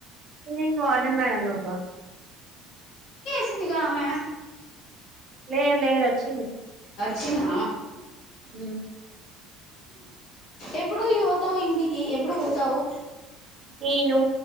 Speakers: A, on the right; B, on the left.
A: నేను మేడం నువ్వు
B: సి ఆమె
A: లే లే అచ్చ
B: చినా
A: అ
B: ఎప్పుడు యువత అయింది ఇకి ఎప్పుడు పోతావు
A: నేను